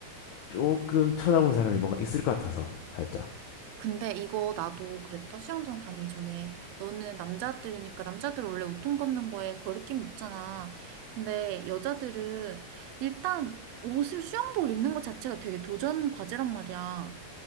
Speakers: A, on the left (about 75°); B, on the right (about 75°).
A: 조금 쳐다본 사람이 뭔가 있을 것 같아서 살짝
B: 근데 이거 나도 그랬다. 수영장 다니기 전에. 너는 남자들이니까, 남자들 원래 옷통 벗는 거에 거리낌 없잖아. 근데 여자들은 일단 옷을 수영복 입는 것 자체가 되게 도전 과제란 말이야.